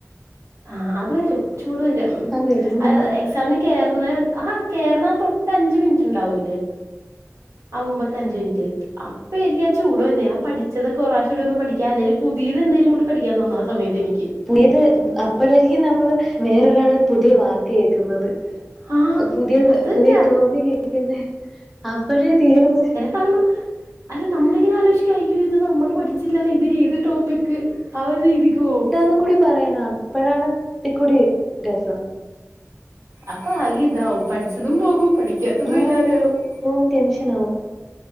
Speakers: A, on the right; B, in the centre.
A: ആഹ് അത് വരും ചൂട് വരും
B: അതെ ഉം
A: അഹ് എക്സാമിന് കേറന ആഹ് കേറന തൊട്ട് അഞ്ച് മിനിറ്റ് ഇണ്ടാവൂല്ലേ ആഹ് മുമ്പത്തെ അഞ്ച് മിൻറ്റ് അപ്പെരിക്കും ആഹ് ചൂട് വര്നെ ആഹ് പഠിച്ചതൊക്കെ ഒറാശൂടെ ഒന്ന് പഠിക്കാ അല്ലേല് പുതീത് എന്തേലും കൂടി പഠിക്കാൻതോന്ന ആഹ് സമയത്ത് എനിക്ക്
B: പുയത് അപ്പഴായിരിക്കും നമ്മള് വേറൊരാള് പുതിയ വാക്ക് കേക്ക്ന്നത്
A: ആഹ്
B: പുതിയ
A: അതന്നെ
B: പുതിയ ടോപികേക്കുന്ന അപ്പഴേ തീർന്ന്
A: കാരണം അല്ല നമ്മളെങ്ങനാ ആലോചിക്കാ അയോ - ത് നമ്മള് പഠിച്ചില്ലല്ലോ
B: ഉം
A: ഇത്‌ ഏത് ടോപ്പിക് ആ ഒര് രീതിക്ക് പോവും.
B: തും കൂടി പറയണ അപ്പഴാണ് ഇത്തിക്കൂടി രസം
A: അപ്പ ആക്കി താവും പഠിച്ചതും പോകും പഠി ക്ക്യാത്തതും
B: ആഹ്
A: ഇല്ലാത്യാവും.
B: ഓഹ് ടെൻഷനാവും